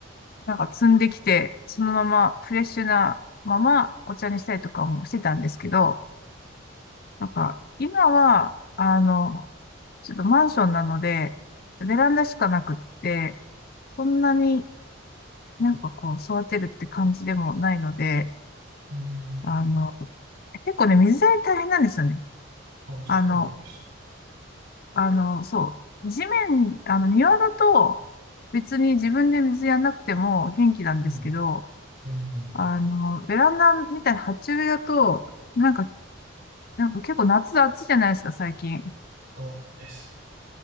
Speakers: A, on the left (about 45°); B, on the right (about 55°).
A: なんか摘んできて、そのままフレッシュなままお茶にしたりとかもしてたんですけど、なんか、今は、あの、ちょっとマンションなので、ベランダしかなくって、そんなになんかこう、育てるって感じでもないので、
B: うん。
A: あの、結構ね、水やり大変なんですよね。
B: あ、そうなんですね。
A: あの、あの、そう。地面、あの、庭だと、別に自分で水やんなくても元気なんですけど、
B: うん、うん、
A: あの、ベランダみたいな鉢植えだと、なんか、なんか結構夏暑いじゃないですか、最近。
B: あ、ですね。